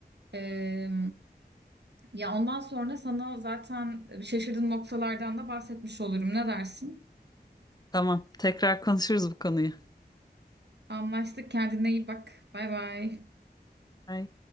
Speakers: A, on the right; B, on the left.
A: E, ya ondan sonra sana zaten şaşırdığın noktalardan da bahsetmiş olurum. Ne dersin?
B: Tamam, tekrar konuşuruz bu konuyu.
A: Anlaştık. Kendine iyi bak. Bay bay.
B: Bye.